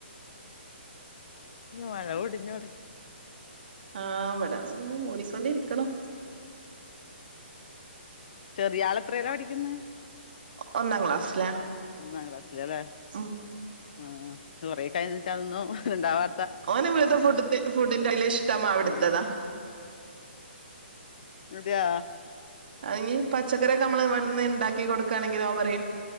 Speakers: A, on the left; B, on the right.
A: മഴ പൊടിഞ്ഞ്
B: ആ ഇവടെ ന്ന് മൂടിക്കൊണ്ടിരിക്ക്ണോ
A: ചെറിയാൾ എത്രീലാ പഠിക്കുന്ന്
B: ഒന്നാം ക്ലാസ്സിലാ
A: ഒന്നാം ക്ലാസ്ല്ല് ലെ
B: ഉം
A: ആഹ് കുറേ കഴിഞ്ഞിട്ടതന്നും ഇണ്ടാവാ
B: ഓനെ ഇവിടുത്തെ ഫുഡത് ഫുഡിന്റെയ്ല് ഇഷ്ടമാവിടുത്തതാ
A: ഉം അതെയാ
B: ഐന് പച്ചക്കറിയൊക്കെ നമ്മള് ഇവ്ടുന്ന്ണ്ടാക്കി കൊടുക്കാണെങ്കിൽ നൊ പറയും